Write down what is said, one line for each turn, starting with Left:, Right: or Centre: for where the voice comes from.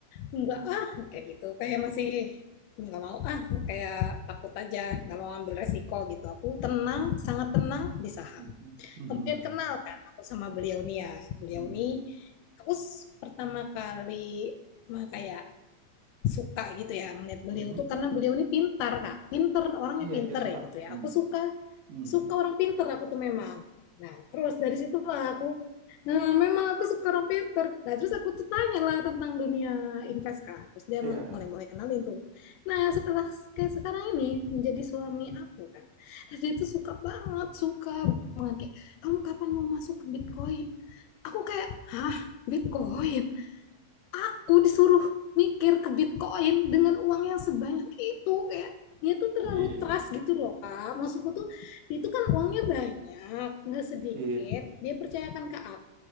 Left: enggak ah, kayak gitu. Kayak masih nggak mau ah, kayak takut aja, nggak mau ambil resiko gitu. Aku tenang, sangat tenang di saham.
Right: Mhm. Mhm.
Left: Kemudian kenal kan aku sama beliau nih ya. Beliau
Right: Mhm.
Left: nih aku pertama kali mah kayak suka gitu ya melihat beliau
Right: Mhm. Mhm.
Left: tuh karena beliau ini pintar kak pinter orangnya
Right: Iya
Left: pinter
Right: dia smart.
Left: ya gitu ya
Right: Mhm.
Left: aku suka
Right: Mhm.
Left: suka orang pinter aku tuh memang nah terus dari situ lah aku nah memang aku suka orang pinter nah terus aku tuh tanya lah tentang dunia invest kan terus dia
Right: Iya,
Left: mulai-mulai kenalin tuh nah setelah kayak sekarang ini menjadi suami aku kan terus dia tuh suka banget suka banget kayak kamu kapan mau masuk ke Bitcoin aku kayak hah Bitcoin aku disuruh mikir ke Bitcoin dengan uang yang sebanyak itu kayak dia tuh terlalu
Right: iya,
Left: trust gitu loh kak maksudku tuh itu kan uangnya banyak nggak sedikit
Right: iya.
Left: dia percayakan ke aku